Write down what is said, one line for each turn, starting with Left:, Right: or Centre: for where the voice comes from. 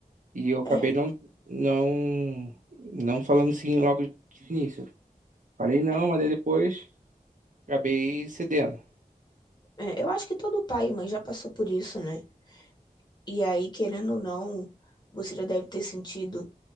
Right: E eu acabei
Left: É,
Right: não, não, não falando sim logo de início. Falei não,
Left: é,
Right: mas aí depois acabei cedendo.
Left: é, eu acho que todo pai e mãe já passou por isso, né? E aí, querendo ou não, você já deve ter sentido.